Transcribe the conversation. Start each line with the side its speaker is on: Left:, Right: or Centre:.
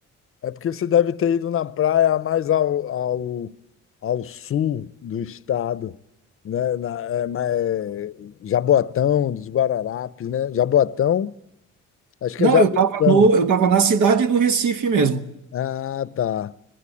Left: É porque você deve ter ido na praia mais ao, ao, ao sul do estado, né? Na, é, ma- é, Jaboatão, dos Guararapes, né? Jaboatão, acho
Right: Não,
Left: que é Jaboatão.
Right: eu tava no, eu tava na cidade do Recife mesmo.
Left: Ah, tá.